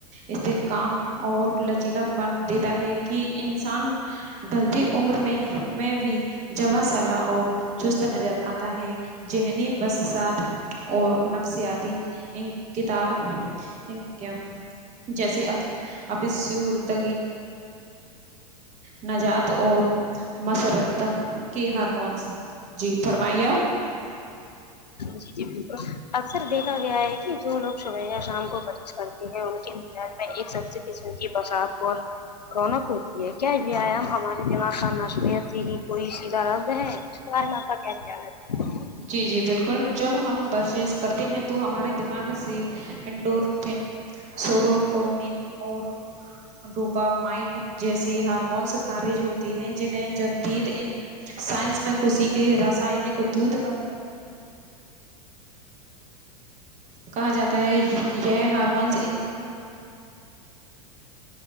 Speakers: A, on the right; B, on the left.
A: استحکام اور لچیلا پن دیتا ہے کہ انسان ڈھلتی عمر میں میں بھی جباں سالا اور چست نظر آتا ہے ذہنی وسوسات اور نفسیاتی ان کتاب <unintelligible> انکے اب جیسے اب <unintelligible> نجات اور مسرت کے ہارمونس جی فرمائیے آپ
B: جی جی بالکل اکثر دیکھا گیا ہے کہ جو لوگ صبح یا شام کو بزش کرتے مزاج میں ایک سب سے قسم کی برسات اور رونق ہوتی ہے کیا ویایام ہمارے دماغ کا نصبت ہی کوئی سیدھا رد ہے <unintelligible>
A: جی جی بالکل جب ہم بسز کرتے ہیں تو ہمارے دماغ سے انڈور سوروٹونین اور ڈوپامائن جیسی ہارم مونس خارج ہوتے ہیں جنہیں جدید سائنس میں کسیی کے رسانک دت کہا جاتا ہے کہا جاتا ہے یہ ہارمونس انسان کو